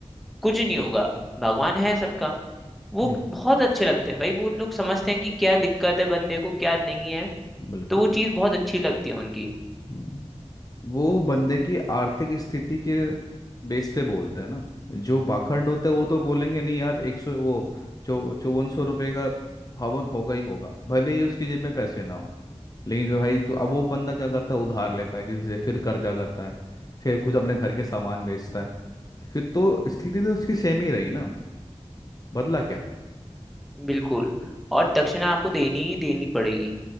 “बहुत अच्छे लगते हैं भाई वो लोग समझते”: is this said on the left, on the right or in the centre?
Centre